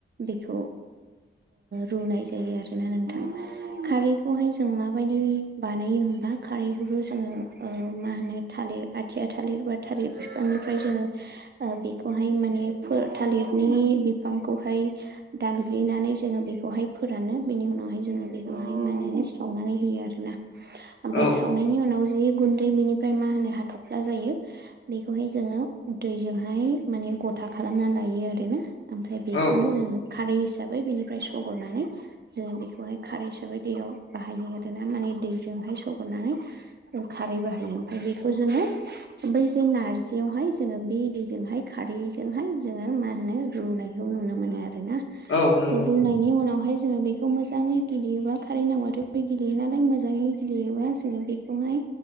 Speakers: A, on the right; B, on the left.
A: बेखौ रुनाय जायो आरोना नोंथां खारैखौहाय जों माबायदि बानायो होमबा खारैखौ जोङो मा होनो थालिर आथिया थालिर बा थालिर बिफांनिफ्राय जोङो बेखौहाय माने फो थालिरनि बिफांखौहाय दानग्लिनानै जोङो बेखौहाय फोरानो बिनि उनावहाय जोङो बेखौहाय माने सावनानै होयो आरोना ओमफ्राय
B: औ
A: सावनायनि उनाव जि गुन्दै बिनिफ्राय मा होनो हाथफ्ला जायो बेखौहाय जोङो दैजोंहाय माने गथा खालामना लायो आरोना ओमफ्राय बेखौनो
B: औ
A: जोङो खारै हिसाबै बेनिफ्राय सगरनानै जों बेखौहाय खारै हिसाबै दैयाव बाहायो आरोना माने दैजोंहाय सगरनानै खारैबो हायो ओमफ्राय बेखौ जोङो बै जे नारजियावहाय जोङो बे दैजोंहाय खारैजोंहाय जोङो मा होनो रुनायखौ नुनो मोनो आरोना
B: औ नंगौ
A: रूनायनि उनावहाय जोङो बेखौ मोजाङै गिलियोबा खारै नांगौबाथ बे गिलियो नालाय मोजां मोजाङै गिलियोबा जोङो बेखौहाय